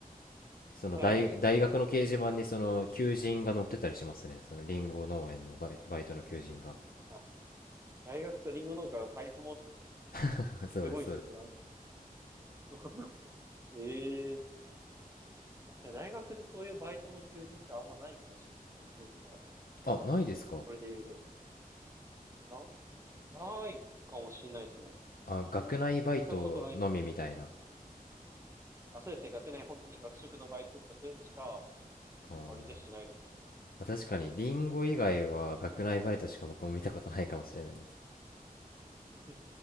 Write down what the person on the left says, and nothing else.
その大、
大学の掲示板にその求人が載ってたりしますね。そのリンゴ農園のバイ、バイトの求人が。
<laughs> そうです、
そうです。
あ、ないですか
あ、学内バイトのみみたいな。
あー
まあ確かに、リンゴ以外は学内バイトしか僕も見たことないかもしれないです。